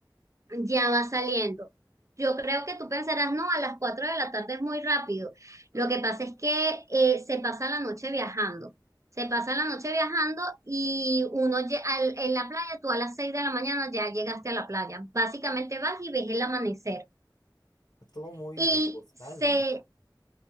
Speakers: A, on the right; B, on the left.
A: ya va saliendo. Yo creo que tú pensarás, no, a las 4 de la tarde es muy rápido. Lo que pasa es que eh, se pasa la noche viajando. Se pasa la noche viajando y uno lle- al- en la playa, tú a las 6 de la mañana ya llegaste a la playa. Básicamente vas y ves el amanecer.
B: todo muy
A: Y
B: de postal,
A: se,
B: ¿no?